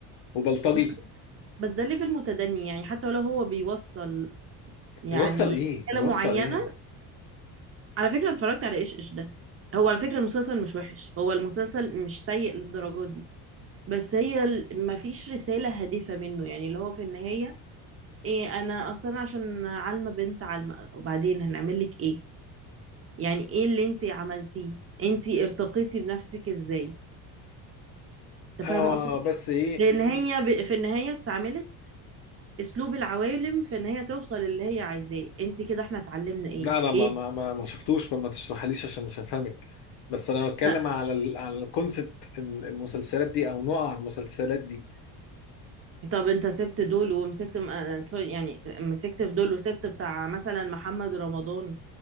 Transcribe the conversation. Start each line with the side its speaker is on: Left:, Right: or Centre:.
Left: وبلطجي
Right: بس, بس ده ليفل متدني يعني حتى لو هو بيوصل يعني
Left: بيوصل ايه بيوصل
Right: رسالة معينة
Left: ايه
Right: على فكرة أنا اتفرجت على إيش إيش ده هو على فكرة المسلسل مش وحش هو المسلسل مش سيء للدرجة دي بس هي ال- مفيش رسالة هادفة منه يعني اللي هو في النهاية إيه أنا أصلا عشان عالمة بنت عالمة وبعدين هنعمل لك إيه يعني ايه اللي انت عملتيه انت ارتقيتي بنفسك ازاي انت
Left: اه
Right: فاهمه اقصد
Left: بس ايه
Right: إيه؟ لان هي ب... في النهايه استعملت اسلوب العوالم في ان هي توصل اللي هي عايزاه انت كده احنا اتعلمنا ايه
Left: لا انا ما
Right: ايه
Left: ما ما ما شفتوش فما تشرحليش عشان مش هفهمك بس انا بتكلم
Right: لا.
Left: على ال على الكونسبت المسلسلات دي او نوع المسلسلات دي
Right: طب انت سبت دول ومسكت م- آه، سوري، يعني مسكت في دول وسبت بتاع مثلا محمد رمضان